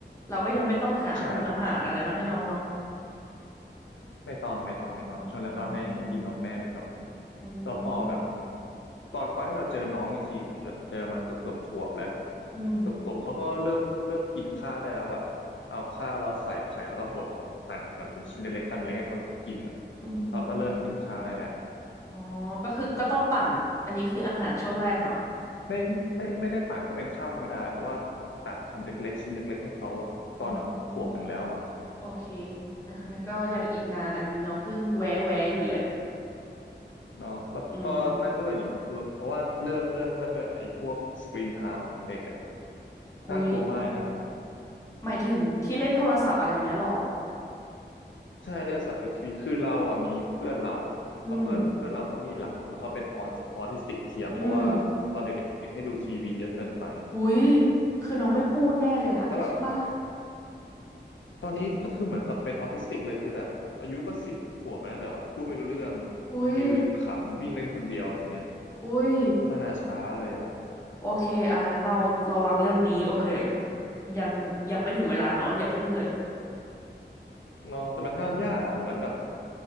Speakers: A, on the left; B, on the left.
A: เราก็ยังไม่ต้องหาหงอาหารอะไรมาให้น้องเนาะ
B: ใช่ใช่ ไม่ต้องไม่ต้องไม่ต้องช่วงแรกก็ให้ให้กินนมแม่ไปก่อน
A: อืมอื
B: แล้วพอแบบ
A: ม
B: ตอนตอนที่เราเจอน้องอีกทีคือเราเจอมาเกือบเกือบขวบแล้ว
A: อืม
B: เกือบขวบเขาก็เริ่มเริ่มกินข้าวได้แล้วแบบเอาข้าวเราใส่ไข่แล้วก็บดแบบหั่นหั่นหั่นเป็นชิ้นเล็กๆคำเล็กๆให้เขากินอ่ะ
A: อืม
B: เขาก็เริ่มกินข้าวได้แล้ว
A: อ๋อก็คือก็ต้องปั่นอันนี้คืออาหารช่วงแรกเนาะ
B: ไม่ไม่ไม่ได้ปั่นก็เป็นข้าวธรรมดาแหละแต่ว่าตัดคำเล็กๆ ชิ้นเล็กๆ ให้เขาอะตอนแบบขวบหนึ่งแล้วอ่ะ
A: อืมโอเคอ่ะงั้นก็ยังอีกนานอันนี้น้องเพิ่งแวะแวะอยู่เลย
B: เนาะแล้วก็นั่นด้วยนี่เพราะว่าเรื่องเรื่องนั่นด้วยไอ้พวกสกรีนไทม์ของเด็กอะ
A: อืมอุ๊ย
B: น่ากลัวมากนะ
A: หมายถึงที่เล่นโทรศัพท์อะไรอย่างเงี้ยเหรอ
B: ใช่เรื่องสัตว์อยู่ทีวีคือเราอ่ะมีเพื่อนเราอ่ะแล้วเพื่อนเพื่อนเราเขามีหลานแล้วเขาเป็นออทออทิสติกเทียมเพราะว่า
A: อืมอืม
B: เด็กให้ดูทีวีเยอะเกินไป
A: อุ๊ยคือน้องไม่พูดแน่เลยอะใช่ปะ
B: แต่แบบตอนนี้ก็คือเหมือนกับเป็นออทิสติกเลยคือแบบอายุก็สิบขวบแล้วนะแต่ว่าพูดไม่รู้เรื่อง
A: อุ้ย
B: ยืนขำวิ่งเล่นคนเดียวอะไรเงี้ย
A: อุ้ย
B: พัฒนาช้าเลยอ่ะ
A: โอเคอ่ะงั้นเราระวังเรื่องนี้ โอเค ยังยังไม่ถึงเวลาเนาะอย่าพึ่งเลย
B: เนาะแต่มันห้ามยากอ่ะเหมือนกับ